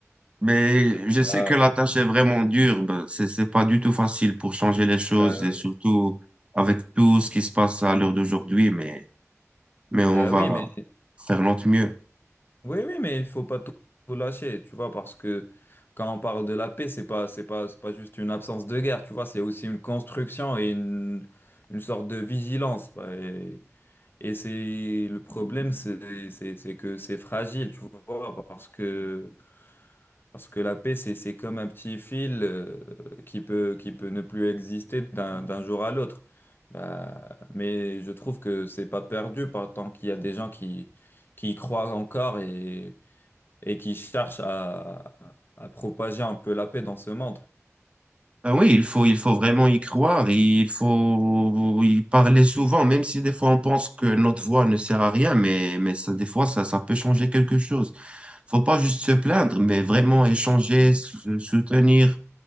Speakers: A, on the right (about 20°); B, on the left (about 45°).
A: Mais je
B: Bah,
A: sais que la tâche est vraiment dure. Ben, c'est, c'est pas du tout facile pour changer les choses
B: bah,
A: et surtout avec tout ce qui se passe à l'heure d'aujourd'hui, mais, mais on
B: bah
A: va
B: oui, mais.
A: faire notre mieux.
B: Oui, oui, mais il faut pas tout, tout lâcher, tu vois, parce que quand on parle de la paix, c'est pas, c'est pas, c'est pas juste une absence de guerre, tu vois, c'est aussi une construction et une, une sorte de vigilance. bah, Et, et c'est le problème, c'est, c'est, c'est que c'est fragile, tu vois, parce que, parce que la paix, c'est, c'est comme un petit fil euh, qui peut, qui peut ne plus exister d'un, d'un jour à l'autre. Bah, mais je trouve que c'est pas perdu par tant qu'il y a des gens qui, qui y croient encore et et qui cherchent à, à propager un peu la paix dans ce monde.
A: Ben oui, il faut, il faut vraiment y croire, il faut y parler souvent, même si des fois on pense que notre voix ne sert à rien, mais, mais ça, des fois ça, ça peut changer quelque chose faut pas juste se plaindre, mais vraiment échanger, se- soutenir,